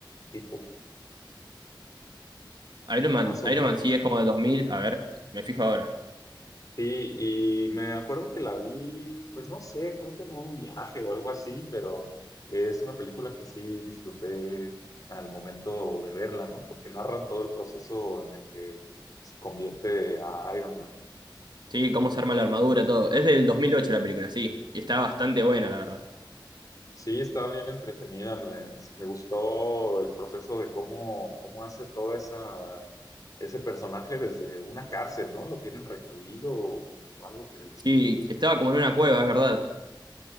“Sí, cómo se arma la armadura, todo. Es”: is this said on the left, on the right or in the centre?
Right